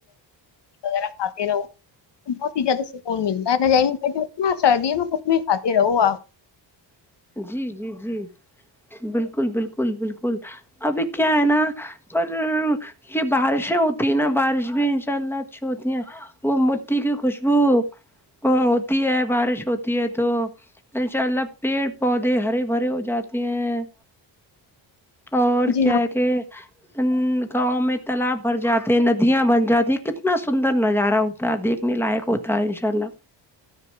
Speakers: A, on the left; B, in the centre.
A: وغہ پات رہو بہت ہی زیادہ سکون ملتا ہے نائ میں بیٹ سردیوں میں کچھ بھی کاتے رہو آپ
B: جی جی جی بالکل بالکل بالکل ابھی کیا ہے نا پر یہ بارشیں ہوتی ہیں نا بارش بھی ان شاء اللہ اچھی ہوتی ہیں وہ مٹٹی کی خوشبو ہوتی ہے بارش ہوتی ہے تو ان شاء اللہ پیڑ پودے ہرے بھرے ہو جاتے ہیں اور
A: جی
B: کیا
A: ہاں
B: کہ ا گاؤں میں تالاب بھر جاتے ندیاں بن جاتی کتنا سندر نظارہ ہوتا دیکھنے لائق ہوتا ہے انشاء اللہ